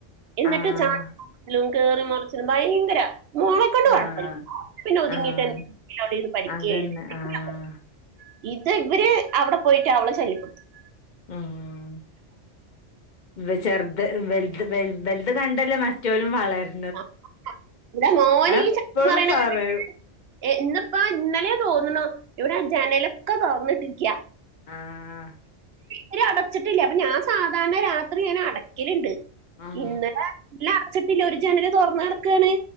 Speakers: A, on the right (about 65°); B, on the left (about 50°).
A: എന്നിട്ട്
B: ആഹ്
A: ചാ മറിച്ചിലും കേയറി മറിച്ചിലും ഭയങ്കരാ മോളെ കൊണ്ട് കൊഴപ്പല്ല്യ
B: ആഹ് ആഹ്
A: അവള് പിന്നെ ഒതുങ്ങിയിട്ടെന്നെ
B: ആഹ്
A: അവ്ടെ ഇരുന്ന് പഠിക്കേ
B: അതന്നെ
A: യെഴ് <unintelligible>
B: ആഹ്
A: ഇത് ഇവര് അവിടെ പോയിട്ട് അവളെ ശല്യപ്പെടുത്തും
B: ഉം ഇവൽ ചെർത് വെൽത് വെൽ ഇവൽത് കണ്ടല്ലേ മറ്റോലും വളര്
A: ആഹ് ആഹ് ആഹ് ഇവിടെ മോനീ
B: എപ്പളും
A: ചാടി മറീണെ
B: പറയും
A: കണ്ടിട്ട് എ ഇന്ന്പ്പോ ഇന്നലെ തോന്ന്ണു ഇവിടെ ജനലൊക്കെ തോറന്നിട്ടിരിക്ക്യാ
B: ആഹ,
A: അവ അടച്ചിട്ടില്ല അപ്പോ, ഞാൻ സാധാരണ രാത്രി ഞൻ അടക്കലുണ്ട്.
B: ഉം
A: ഇന്നലെ- അടച്ചിട്ടില്ല ഒരു ജനൽ തുറന്ന് ക ടക്കാണ്.